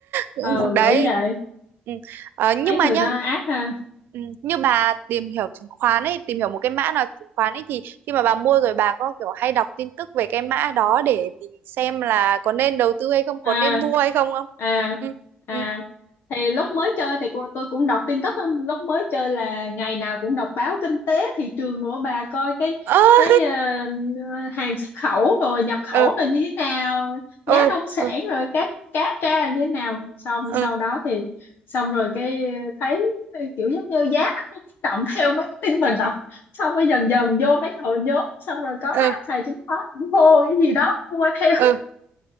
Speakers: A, on the right; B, on the left.
A: cũng
B: ừ
A: đấy
B: bởi vậy
A: ừ. Ờ, nhưng
B: mấy
A: mà
B: người
A: nhá
B: đó ác ha
A: ừ, như bà tìm hiểu chứng khoán ấy tìm hiểu một cái mã nào chứng khoán ấy thì khi mà bà mua rồi bà có kiểu hay đọc tin tức về cái mã đó để mình xem là có nên đầu tư hay không có
B: à
A: nên mua hay không không
B: à
A: ừ
B: à
A: ừ
B: thì lúc mới chơi thì cô- tôi cũng đọc tin tức á, lúc mới chơi là ngày nào cũng đọc báo kinh tế thị trường nữa bà coi cái
A: ơ <laughs>
B: cái ờ, hàng xuất khẩu rồi nhập khẩu
A: ừ
B: rồi như thế nào
A: ừ
B: giá nông sản
A: ừ
B: rồi cá cá tra như thế nào xong
A: ừ
B: sau đó thì xong rồi cái thấy kiểu giống như giá nó cũng biến động theo mấy cái tin mình đọc xong rồi dần dần vô mấy hội nhóm xong rồi có
A: ừ
B: mấy ông thầy chứng khoán cũng hộ cái gì đó mua theo
A: ừ